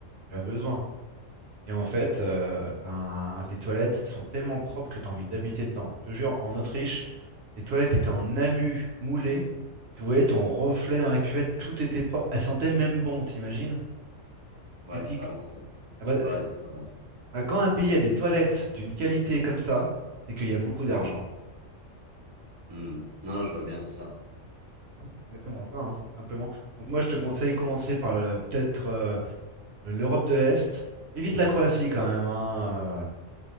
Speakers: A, on the right (about 65°); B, on the right (about 30°).
A: tu as besoin. Et en fait, euh, ben, les toilettes sont tellement propres que tu as envie d'habiter dedans. Je te jure, en Autriche, Les toilettes étaient en alu moulé. Tu voyais ton reflet dans la cuvette, tout était propre. Elle sentait même bon, t'imagines?
B: Ouais,
A: Tu te
B: c'est
A: dis
B: vraiment
A: que
B: ça.
A: ah
B: Tu
A: bah,
B: vois la différence.
A: bah, quand un pays a des toilettes d'une qualité comme ça, c'est qu'il y a beaucoup d'argent. en fait.
B: Hmm. Non, non, je vois bien, c'est ça.
A: C'est exactement ça, hein, c'est tout simplement. Donc moi, je te conseille commencer par la- peut-être euh, l'Europe de l'Est. Évite la Croatie quand même, hein, euh,